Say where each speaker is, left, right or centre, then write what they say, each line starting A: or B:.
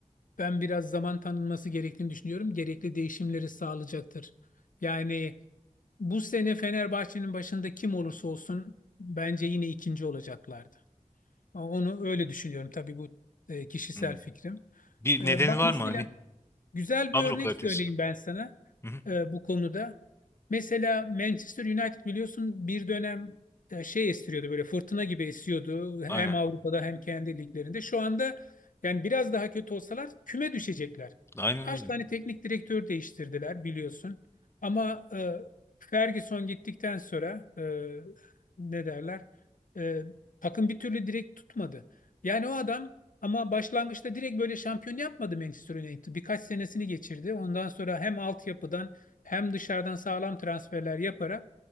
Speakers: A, on the left (about 75°); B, on the left (about 20°).
A: Ben biraz zaman tanınması gerektiğini düşünüyorum. Gerekli değişimleri sağlayacaktır. Yani bu sene Fenerbahçe'nin başında kim olursa olsun bence yine ikinci olacaklardı. Onu öyle düşünüyorum. Tabii bu e, kişisel
B: Hı.
A: fikrim.
B: Bir
A: E,
B: nedeni
A: bak
B: var
A: mesela
B: mı hani?
A: Güzel
B: Kadro
A: bir örnek
B: kalitesi
A: söyleyeyim
B: mi?
A: ben sana
B: Hı hı.
A: e, bu konuda. Mesela Manchester United biliyorsun bir dönem e, şey estiriyordu böyle fırtına gibi esiyordu hem
B: Aynen.
A: Avrupa'da hem kendi liglerinde. Şu anda yani biraz daha kötü olsalar küme düşecekler.
B: Aynen
A: Kaç
B: öyle.
A: tane teknik direktör değiştirdiler biliyorsun. Ama e, Ferguson gittikten sonra e, ne derler e, takım bir türlü direkt tutmadı. Yani o adam ama başlangıçta direkt böyle şampiyon yapmadı Manchester United. Birkaç senesini geçirdi. Ondan sonra hem altyapıdan hem dışarıdan sağlam transferler yaparak